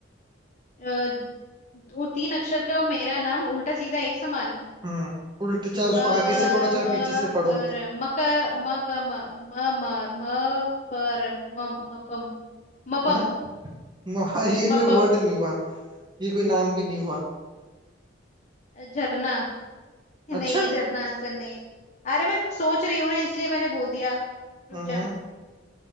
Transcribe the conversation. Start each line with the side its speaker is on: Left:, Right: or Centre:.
Left: अ, वो तीन अक्षर का मेरा नाम उल्टा सीधा एक समान
Right: हम्म उल्टा चाहे
Left: अ
Right: उसको आगे से पढ़ो चाहे
Left: म
Right: पीछे से पढ़ो
Left: कर मक म क म म म म पर मम मपम मपम
Right: हाँ म- ये
Left: मपम
Right: कोई वर्ड नहीं हुआ ये कोई नाम भी नहीं हुआ
Left: झरना नहीं
Right: अच्छा
Left: है झरना आंसर नहीं है अरे मैं सोच रही हूँ ना इसलिए मैंने बोल दिया रुक
Right: हम्म
Left: जा